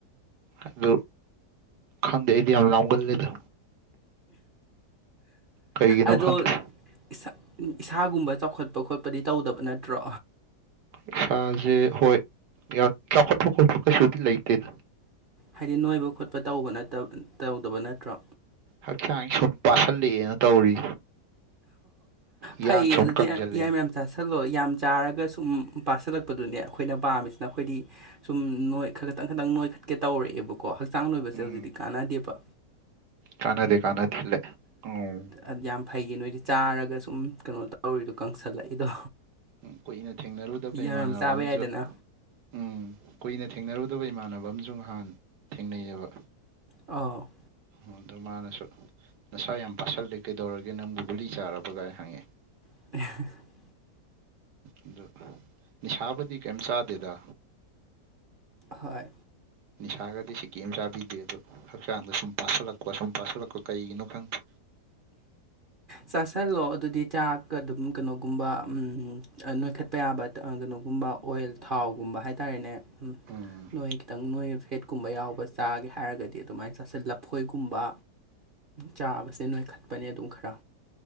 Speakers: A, on the right (about 70°); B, on the right (about 40°).
A: ꯑꯗꯨ ꯈꯪꯗꯦ ꯑꯩꯗꯤ ꯌꯥꯝ ꯂꯥꯝꯒꯜꯂꯤꯗ ꯀꯩꯒꯤꯅꯣ
B: ꯑꯗꯣ
A: ꯈꯪꯗꯦ
B: ꯏꯁꯥ ꯏꯁꯥꯒꯨꯝꯕ ꯆꯥꯎꯈꯠꯄ ꯈꯣꯠꯄꯗꯤ ꯇꯧꯗꯕ ꯅꯠꯇ꯭ꯔꯣ
A: ꯏꯁꯥꯖꯦ ꯍꯣꯏ ꯌꯥꯝ ꯆꯥꯎꯈꯠꯄ ꯈꯣꯠꯄ ꯀꯩꯁꯨꯗꯤ ꯂꯩꯇꯦꯗ
B: ꯍꯥꯏꯗꯤ ꯅꯣꯏꯕ ꯈꯣꯠꯄ ꯇꯧꯕ ꯅꯠꯇ ꯇꯧꯗꯕ ꯅꯠꯇ꯭ꯔꯣ
A: ꯍꯛꯆꯥꯡꯁꯤ ꯁꯨꯝ ꯄꯥꯁꯜꯂꯛꯑꯦꯅ ꯇꯧꯔꯤ ꯏꯌꯥꯡ
B: ꯐꯩꯌꯦ
A: ꯁꯨꯝ
B: ꯑꯗꯨꯗꯤ
A: ꯀꯪꯁꯤꯜꯂꯛꯑꯦ
B: ꯌꯥ ꯌꯥꯏ ꯃꯌꯥꯝ ꯆꯥꯁꯜꯂꯣ ꯌꯥꯝ ꯆꯥꯔꯒ ꯁꯨꯝ ꯄꯥꯁꯜꯂꯛꯄꯗꯨꯅꯦ ꯑꯩꯈꯣꯏꯅ ꯄꯥꯝꯃꯤꯁꯤꯅ ꯑꯩꯈꯣꯏꯗꯤ ꯁꯨꯝ ꯅꯣꯏ ꯈ ꯈꯇꯪ ꯈꯇꯪ ꯅꯣꯏꯈꯠꯀꯦ ꯇꯧꯔꯛꯑꯦꯕ ꯀꯣ ꯍꯛꯆꯥꯡ ꯅꯣꯏꯕꯁꯦ
A: ꯎꯝ
B: ꯍꯧꯖꯤꯛꯇꯤ ꯀꯥꯟꯅꯗꯦꯕ
A: ꯀꯥꯟꯅꯗꯦ ꯀꯥꯟꯅꯗꯦ ꯂꯠ ꯑꯧ
B: ꯑꯗꯨꯌꯥꯝ ꯐꯩꯌꯦ ꯅꯣꯏꯗꯤ ꯆꯥꯔꯒ ꯁꯨꯝ ꯀꯩꯅꯣ ꯇꯧꯔꯤꯗꯣ ꯀꯪꯁꯜꯂꯛꯏꯗꯣ
A: ꯎꯝ ꯀꯨꯏꯅ ꯊꯦꯡꯅꯔꯨꯗꯕ
B: ꯌꯥꯝ
A: ꯏꯃꯥꯟꯅꯕ
B: ꯌꯥꯝ ꯆꯥꯕ
A: ꯑꯝꯖꯨ
B: ꯌꯥꯏꯗꯅ
A: ꯎꯝ ꯀꯨꯏꯅ ꯊꯦꯡꯅꯔꯨꯗꯕ ꯏꯃꯥꯟꯅꯕ ꯑꯝꯖꯨ ꯉꯍꯥꯟ ꯊꯦꯡꯅꯩꯌꯦꯕ
B: ꯑꯥꯎ
A: ꯑꯣ ꯑꯗꯣ ꯃꯥꯅꯁꯨ ꯅꯁꯥ ꯌꯥꯝ ꯄꯥꯁꯜꯂꯦ ꯀꯩꯗꯧꯔꯒꯦ ꯅꯪꯕꯨ ꯒꯨꯂꯤ ꯆꯥꯔꯕꯒꯥꯏ ꯍꯪꯉꯛꯑꯦ
B: <unintelligible>
A: ꯑꯗꯨ ꯅꯤꯁꯥꯕꯨꯗꯤ ꯀꯩꯝ ꯆꯥꯗꯦꯗ
B: ꯍꯣꯏ
A: ꯅꯤꯁꯥꯒꯗꯤ ꯁꯤꯀꯤ ꯑꯝ ꯆꯥꯕꯤꯗꯦ ꯑꯗꯣ ꯍꯛꯆꯥꯡꯗ ꯁꯨꯝ ꯄꯥꯁꯤꯜꯂꯛꯄ ꯁꯨꯝ ꯄꯥꯁꯤꯜꯂꯛꯄ ꯀꯩꯒꯤꯅꯣ ꯈꯪꯗꯦ
B: ꯆꯥꯁꯤꯜꯂꯣ ꯑꯗꯨꯗꯤ ꯆꯥꯛ ꯑꯗꯨꯝ ꯀꯩꯅꯣꯒꯨꯝꯕ ꯎꯝ ꯑ ꯅꯣꯏꯈꯠ ꯄ ꯌꯥꯕ ꯑ ꯀꯩꯅꯣꯒꯨꯝꯕ ꯑꯣꯏꯜ ꯊꯥꯎꯒꯨꯝꯕ ꯍꯥꯏꯇꯥꯔꯦꯅꯦ
A: ꯎꯝ
B: ꯅꯣꯏꯈ ꯈꯤꯇꯪ ꯅꯣꯏꯕ ꯐꯦꯠꯀꯨꯝꯕ ꯌꯥꯎꯕ ꯆꯥꯒꯦ ꯍꯥꯏꯔꯒꯗꯤ ꯑꯗꯨꯃꯥꯏ ꯆꯁꯤꯜ ꯂꯐꯣꯏꯒꯨꯝꯕ ꯆꯥꯕꯁꯦ ꯅꯣꯏꯈꯠꯄꯅꯦ ꯑꯗꯨꯝ ꯈꯔ